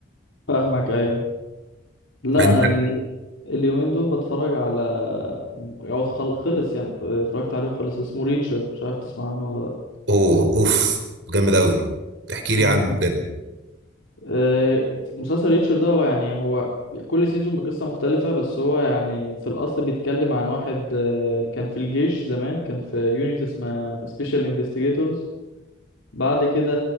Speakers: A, on the left (about 80°); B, on the right (about 65°).
A: فاهمك أيوه لا
B: انت
A: أنا ال- اليومين دول بتفرج على أو خل- خلص يعني اتفرجت عليه وخلص اسمه ريتشر مش عارف تسمع عنه ولا لأ
B: اوه اوف جامد قوي احكي لي
A: مم.
B: عنه كده
A: آه، مسلسل ريتشر ده هو يعني هو كل سيزون بقصة مختلفة بس هو يعني في الأصل بيتكلم عن واحد آه، كان في الجيش زمان كان في يونيت اسمها سبيشال انفستيجيتورز بعد كده